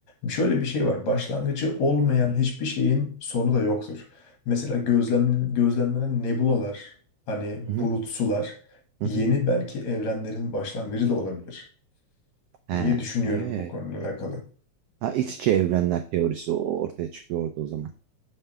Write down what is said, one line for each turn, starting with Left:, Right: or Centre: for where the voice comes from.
Left: Şöyle bir şey var. Başlangıcı olmayan hiçbir şeyin sonu da yoktur. Mesela gözlem, gözlemlenen nebulalar, hani
Right: hı hı,
Left: bulut sular,
Right: hı
Left: yeni
Right: hı.
Left: belki evrenlerin başlangıcı da olabilir
Right: He,
Left: diye düşünüyorum
Right: evet.
Left: bu konuyla alakalı.
Right: Ha, iç içe evrenler teorisi o- ortaya çıkıyor orada o zaman.